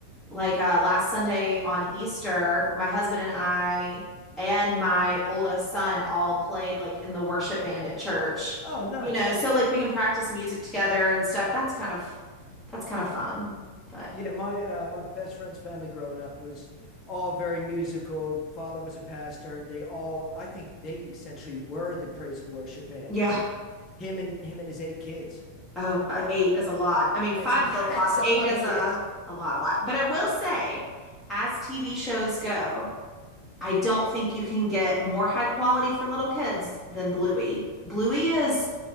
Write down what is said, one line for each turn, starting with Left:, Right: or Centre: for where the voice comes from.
Centre: like uh, last Sunday on Easter, my husband and I and my oldest son all played like in the worship band at church.
Left: Oh, nice.
Centre: You know, so like we can practice music together and stuff. That's kind of that's kind of fun. But
Left: Yeah, my uh, my best friend's family growing up was all very musical. Father was a pastor, and they all I think they essentially were the praise and worship band.
Centre: yeah,
Left: Like him and him and his eight kids.
Centre: oh, uh, eight is a lot. I mean, five
Left: That's a lot.
Centre: is a
Left: <laughs>
Centre: lot.
Left: That's a
Centre: Eight
Left: lot
Centre: is
Left: of kids.
Centre: a a lot, a lot. But I will say, as TV shows go, I don't think you can get more high quality for little kids than Bluey. Bluey is